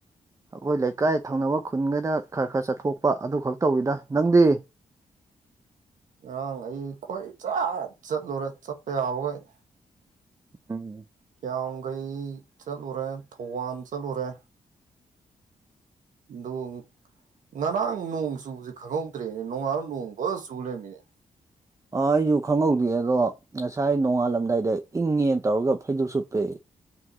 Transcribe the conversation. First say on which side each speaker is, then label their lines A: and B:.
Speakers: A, on the right (about 25°); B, on the right (about 75°).
A: ꯑꯩꯈꯣꯏ ꯂꯩꯀꯥꯏ ꯊꯪꯅꯕ ꯈꯨꯟꯒꯗ ꯈꯔ ꯈꯔ ꯆꯠꯊꯣꯛꯄ ꯑꯗꯨ ꯈꯛ ꯇꯧꯋꯤꯗ ꯅꯪꯗꯤ
B: ꯉꯔꯥꯡ ꯑꯩ ꯈꯣꯏ ꯆꯠ ꯆꯠꯂꯨꯔꯦ ꯆꯠꯄ ꯌꯥꯕꯈꯩ
A: ꯎꯝ
B: ꯌꯥꯝꯌꯥꯝꯈꯩ ꯆꯠꯂꯨꯔꯦ ꯊꯧꯕꯥꯜ ꯆꯠꯂꯨꯔꯦ ꯑꯗꯣ ꯉꯔꯥꯡ ꯅꯣꯡ ꯆꯨꯕꯁꯦ ꯈꯪꯍꯧꯗ꯭ꯔꯦꯅꯦ ꯅꯣꯡꯉꯥꯜꯂ ꯅꯣꯡ ꯐ ꯆꯨ ꯂꯩꯃꯤꯅꯦ
A: ꯑ ꯑꯩꯁꯨ ꯈꯪꯍꯧꯗꯦ ꯑꯗꯣ ꯉꯁꯥꯏ ꯅꯣꯡꯉꯥꯜꯂꯝꯗꯥꯏꯗ ꯏꯪꯉꯦꯅ ꯇꯧꯔꯒ ꯐꯩꯖꯨꯞ ꯁꯨꯞꯄ